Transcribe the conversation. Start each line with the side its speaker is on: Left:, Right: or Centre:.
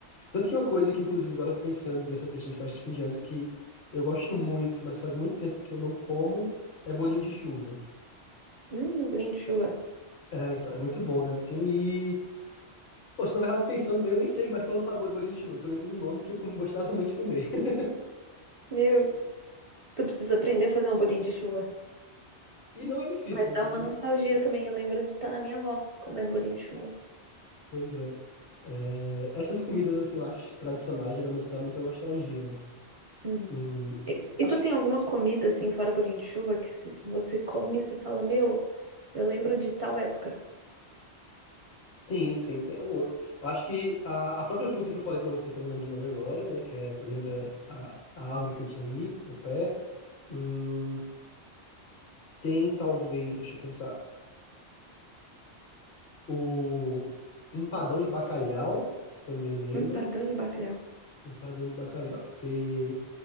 Left: Tanto que uma coisa que, inclusive, agora pensando nessa questão de festa de fim de anos, que eu gosto muito, mas faz muito tempo que eu não como, é bolinho de chuva.
Right: Hum, um bolinho de chuva.
Left: É, então, é muito bom, né? Assim, e... Poxa, na verdade, pensando bem, eu nem sei mais qual é o sabor do bolinho de chuva. Só lembro do nome que eu com- gostava muito de comer. <laughs>
Right: Meu, tu precisa aprender a fazer um bolinho de chuva.
Left: E não é difícil,
Right: Mas
Left: né?
Right: dá
Left: Assim,
Right: uma nostalgia também. Eu lembro de estar na minha avó comendo bolinho de chuva.
Left: pois é. É, Essas comidas, assim, eu acho, tradicionais, geralmente dá muita nostalgia, né?
Right: Uhum.
Left: Hum,
Right: E, e
Left: acho
Right: tu tem alguma comida assim, fora o bolinho de chuva, que se- você come e você fala, meu, eu lembro de tal época.
Left: Sim, sim, tem alguns. Eu acho que a, a própria fruta que eu falei pra você, que eu não lembro o nome agora, né? Que é, lembra a, a árvore que eu tinha ali, o pé. Hum, tem talvez, deixa eu pensar, o empadão de bacalhau, que também lembra.
Right: Empadão de bacalhau.
Left: Empadão de bacalhau, porque